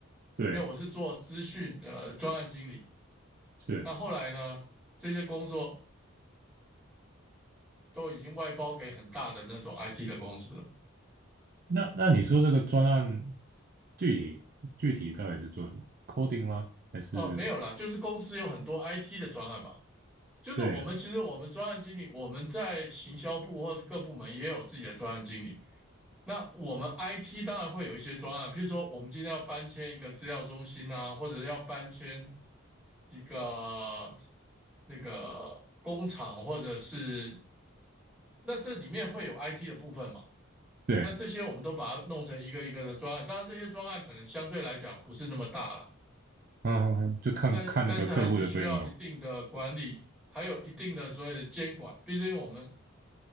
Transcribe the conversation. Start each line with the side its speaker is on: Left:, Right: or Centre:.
Right: 对，
Centre: 因为我是做资讯的专案经理，
Right: 是。
Centre: 那后来呢这些工作都已经外包给很大的那种 IT 的公司了。
Right: 那那你说这个专案具体具体到底是做什么？coding 吗？还是
Centre: 哦，没有啦，就是公司有很多 IT 的专案嘛，就是我们其实我们专案经理，
Right: 对啊
Centre: 我们在行销部或者各部门也有自己的专案经理，那我们 IT 当然会有一些专案，譬如说我们今天要搬迁一个资料中心啊，或者要搬迁一个那个工厂，或者是那这里面会有 IT 的部分嘛？
Right: 对，
Centre: 那这些我们都把它弄成一个一个的专案，当然这些专案可能相对来讲不是那么大了，
Right: 嗯嗯嗯，就看看那个客户的规模。
Centre: 但但是还是需要一定的管理，还有一定的所谓的监管，毕竟我们